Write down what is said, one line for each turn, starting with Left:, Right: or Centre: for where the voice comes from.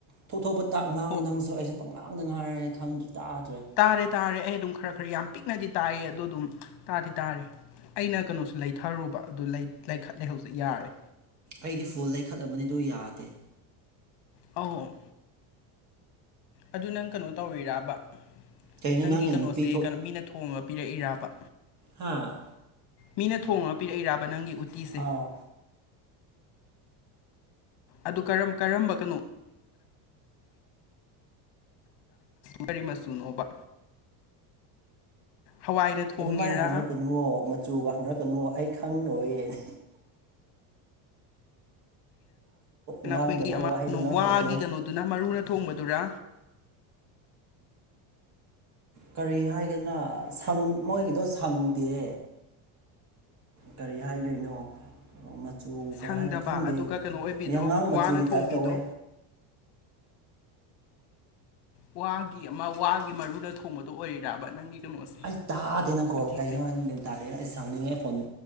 Right: ꯊꯣꯛꯊꯣꯛꯄꯇ ꯉꯥꯡꯉꯨ
Left: ꯍꯣ
Right: ꯅꯪꯁꯨ ꯑꯩꯁꯨ ꯄꯪꯉꯥꯡꯗ ꯉꯥꯏꯔꯦ ꯈꯪꯗ꯭ꯔ‌ꯦ ꯇꯥꯗ꯭ꯔꯦ
Left: ꯇꯥꯔꯦ ꯇꯥꯔꯦ ꯑꯩ ꯑꯗꯨꯝ ꯈꯔ ꯈꯔ ꯌꯥꯝ ꯄꯤꯛꯅꯗꯤ ꯇꯥꯏ ꯑꯗꯣ ꯑꯗꯨꯝ ꯇꯥꯗꯤ ꯇꯥꯔꯦ ꯑꯩꯅ ꯀꯩꯅꯣꯁꯨ ꯂꯩꯊꯔꯨꯕ ꯑꯗꯨ ꯂꯩꯈꯠꯂꯦ ꯍꯧꯖꯤꯛ ꯌꯥꯔꯦ
Right: ꯑꯩꯗꯤ ꯐꯨꯜ ꯂꯩꯈꯠꯂꯕꯅꯤꯗꯨ ꯌꯥꯗꯦ
Left: ꯑꯣ ꯑꯗꯨ ꯅꯪ ꯀꯩꯅꯣ ꯇꯧꯔꯤꯔꯥꯕ
Right: ꯀꯩꯅꯣ
Left: ꯅꯪꯒꯤ
Right: ꯅꯪꯒꯤꯅ
Left: ꯀꯩꯅꯣꯁꯦ
Right: ꯅꯨꯄꯤ
Left: ꯀꯩꯅꯣ ꯃꯤꯅ ꯊꯣꯡꯉꯒ ꯄꯤꯔꯛꯏꯔꯥꯕ
Right: ꯍꯥꯥ
Left: ꯃꯤꯅ ꯊꯣꯡꯉ ꯄꯤꯔꯛꯏꯔꯥꯕ ꯅꯪꯒꯤ ꯎꯇꯤꯁꯦ
Right: ꯑꯥꯎ
Left: ꯑꯗꯨ ꯀꯔꯝ ꯀꯔꯝꯕ ꯀꯅꯣ ꯀꯔꯤ ꯃꯆꯨꯅꯣꯕ ꯍꯋꯥꯏꯅ ꯊꯣꯡꯉꯤꯔꯥ
Right: ꯑꯗꯨꯃꯥꯏꯅ ꯍꯪꯔꯛꯀꯅꯨꯋ ꯃꯆꯨꯒ ꯍꯪꯉꯛꯀꯅꯨ ꯑꯩ ꯈꯪꯔꯣꯏ ꯌ‌ꯦ
Left: ꯑꯩꯈꯣꯏꯒꯤ
Right: ꯉꯥꯡꯗꯕ ꯋꯥꯍꯩꯗꯣ ꯉꯥꯡꯍꯜꯂꯛꯀꯅꯤ
Left: ꯋꯥꯒꯤ ꯀꯩꯅꯣ ꯑꯗꯨꯅ ꯃꯔꯨꯅ ꯊꯣꯡꯕꯗꯨꯔ
Right: ꯀꯔꯤ ꯍꯥꯏꯒꯥꯅ ꯁꯪ ꯃꯣꯏꯒꯤꯗꯣ ꯁꯪꯗꯦ ꯀꯔꯤ ꯍꯥꯏꯗꯣꯏꯅꯣ ꯃꯆꯨ
Left: ꯁꯪꯗꯕ
Right: ꯀꯩ ꯍꯥꯏꯅ ꯈꯪꯗꯦ
Left: ꯑꯗꯨꯒ ꯀꯩꯅꯣ ꯑꯣꯏꯕꯤꯗꯣ
Right: ꯌꯥꯉꯥꯡ ꯃꯆꯨꯒꯤ
Left: ꯋꯥꯅ ꯊꯣꯡꯕꯤꯗꯣ
Right: ꯇꯥꯏꯞ ꯇꯧꯋꯦ
Left: ꯋꯥꯒꯤ ꯑꯃ ꯋꯥꯒꯤ ꯃꯔꯨꯅ ꯊꯣꯡꯕꯗꯣ ꯑꯣꯏꯔꯤꯔꯕ ꯅꯪꯒꯤ ꯀꯩꯅꯣꯁꯦ
Right: ꯑꯩ ꯇꯥꯗꯦꯅ ꯅꯈ‌ꫭꯜ
Left: ꯎꯇꯤꯁꯦ
Right: ꯀꯩꯅꯣ ꯍꯥꯏꯅ ꯇꯥꯗꯦꯅ ꯑꯩꯁꯦ ꯁꯪꯅꯤꯡꯉꯦ ꯑꯩ ꯐꯣꯟ